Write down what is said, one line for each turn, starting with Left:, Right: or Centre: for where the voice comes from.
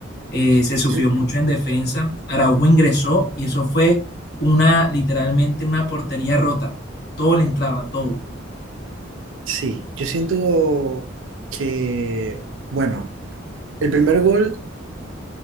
Left: Eh, se
Right: Sí,
Left: sufrió mucho en defensa. Araujo ingresó y eso fue una, literalmente una portería rota. Todo le entraba, todo.
Right: sí, yo siento que, bueno, el primer gol